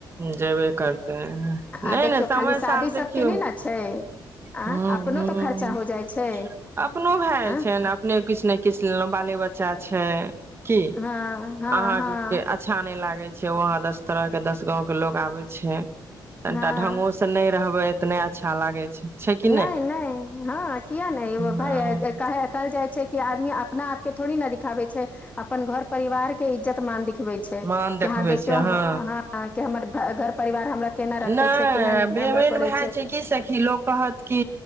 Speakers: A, on the right (about 30°); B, on the left (about 20°).
A: जेबे करतै नहि
B: आ देखियौ
A: नहि समय
B: खाली शादी
A: साल
B: सबके
A: देखियौ
B: नहि ने छै आ
A: हुँ
B: अपनो
A: हुँ
B: तो खर्चा हो जाइ छै
A: अपनो भए जाइ
B: आ
A: छ ने अपने किछु नहि किछु लेलहुँ बाले बच्चा छै की
B: हँ हँ
A: अहाँके
B: हँ
A: के अच्छा नै लाग देखय छिय वहाँ दस तरह के दस गाँंव के लोग आबे छैय तनिटा
B: हँ
A: ढङंगो सँ नैय रहबे इतने अच्छा लागे छै छै कि
B: नहि नहि हँ किया नहिएगो भाय
A: हँ
B: कहल जाइ छै की आदमी अपना आपकेथोड़ी न दिखाबे छै अपन घर परिवार के इज्जत मान दिख बै छै
A: मान
B: कि
A: देखबै
B: यहाँ देखियौ
A: छै
B: हाँ
A: हँ
B: आ हमर घर परिवार हमरा केना रखै
A: नहि
B: छै केहन
A: बेमन
B: हमरा करै
A: भए जा छै की सखी लोक कहत की